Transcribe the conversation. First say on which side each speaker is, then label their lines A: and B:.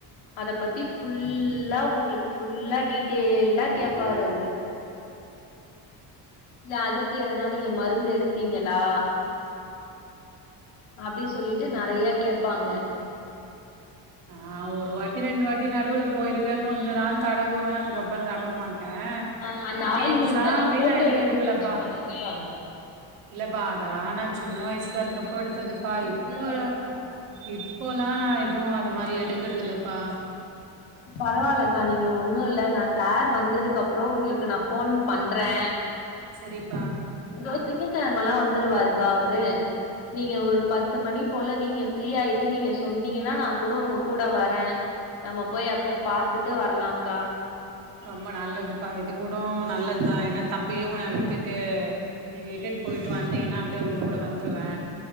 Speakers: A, on the left; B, on the right.
A: அத பத்தி ஃபுல்லா உங்களுக்கு ஃபுல்லா டீடெய்ல்டா கேப்பாரு அவரு இல அதுக்கு எதனா நீங்க மருந்து எடுத்திங்களா அப்டி சொல்லிட்டு
B: இன்னு
A: நறைய கேப்பாங்க
B: நா ஒரு வாட்டி ரெண்டு வாட்டி நடுவுல போயிருக்க கொஞ்சொ நாள் தடவுவ அதுக்கப்றொ தடவ மாட் ட
A: ஆ அந்த
B: கண்டின்யூஸா
A: ஆயில்மெண்ட் எல்லா
B: அப்டின்
A: போட்டோ
B: நா எதுவு
A: எடுத்துட்டு
B: எடுக்கலப்பா
A: வச்சுக்கோங்கக்கா
B: இல்லப்பா அதெலா நா சின்ன வய்ஸ் ஸாருக்கப்பொ எடுத் ததுப்பா
A: சின்ன
B: இப்பொரு
A: வயசா
B: இப்போலா நா எதுவு மாரி எடுக்கறதில்லப்பா
A: பரவாயிலக்கா நீங்க ஒண்ணு இல்ல நா சார் வந்ததுக்கப்றொ உங்களுக்கு நான் போன் பண்றே
B: சரிப்பா
A: தோ திங்கக்கெழமலா வந்துருவாருக்கா அவரு நீங்க ஒரு பத் த்து மணி போல நீங்க ஃப்ரீயாயிட் டு நீங்கஸ் சொன்னிகனா நா கூட உங்க கூட வரே நம்ம போய் அப்டியே பாத்துட்டு வரலாக்கா
B: ரொம்ப நல்லதுப்பா இது கூடோ நல்லதுதா ஏனா தம்பியு நா விட்டுட்டு நீங் இட்டுட்டு பொயிட்டு வந்திங்கனா அப்டியே உங்களோட வந்துருவே